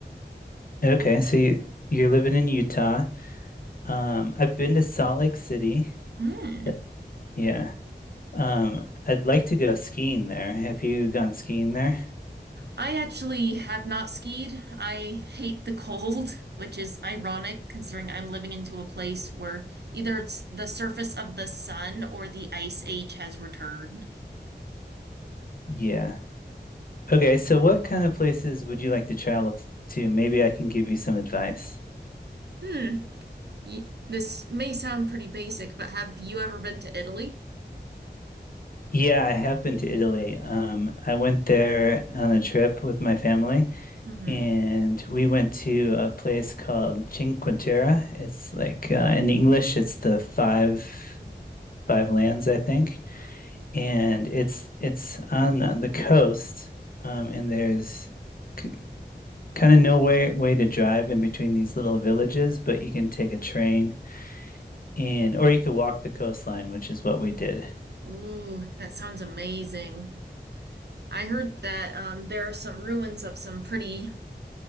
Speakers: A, on the left; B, on the right.
A: Okay, so you, you're living in Utah. Um, I've been to Salt Lake City.
B: Hmm.
A: Th- Yeah. Um, I'd like to go skiing there. Have you gone skiing there?
B: I actually have not skied. I hate the cold, <laughs> which is ironic considering I'm living into a place where either it's the surface of the sun or the ice age has returned.
A: Yeah. Okay, so what kind of places would you like to travel t- to? Maybe I can give you some advice.
B: Hmm. Y this may sound pretty basic, but have you ever been to Italy?
A: Yeah, I have been to Italy. Um, I went there on a trip with my family,
B: Mm-hmm.
A: and we went to a place called Cinque Terre. It's like uh, in English, it's the five five lands, I think. and it's it's on the coast, um, and there's k kind of no way way to drive in between these little villages, but you can take a train and or you could walk the coastline, which is what we did.
B: Ooh, that sounds amazing. I heard that um, there are some ruins of some pretty